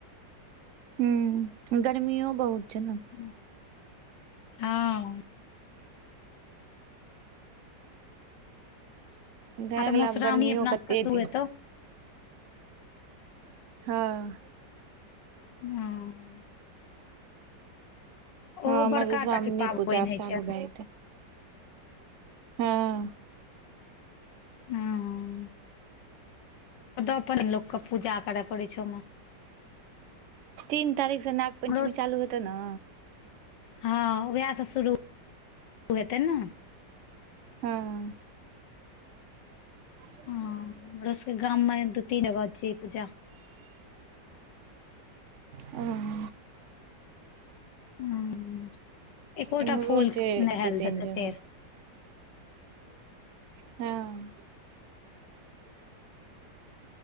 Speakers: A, on the right (about 55°); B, on the left (about 75°).
A: हं गर्मियो बहुत छै ने
B: हँ
A: भए
B: आ तऽ
A: गेलै
B: मधुश्रावणी
A: आब गर्मियों
B: अपना
A: कते
B: सबके शुरू
A: दिन
B: हेतौ
A: हाँ
B: हम्म ओहो
A: हँ
B: बड़का
A: मधुश्रावणी
B: टा के पाबनि
A: पूजा अब
B: होइ
A: चालू
B: छै
A: भऽ जैतै हँ
B: हँ ओ अपन लोके पूजा करय पड़ै छै ओहिमे
A: तीन तारीख स नाग पञ्चमी
B: हमरो
A: चालू होतै ने
B: हँ ओएह सँ शुरू हेतै ने
A: हँ <unintelligible>
B: हँ हमरो सबके गाम में दू तीन जगह छियै पूजा
A: ओ
B: हँ एकोटा
A: इम्हरो
B: फूल
A: छै
B: नह
A: दू तीन
B: देतै
A: जगह
B: फेर
A: हँ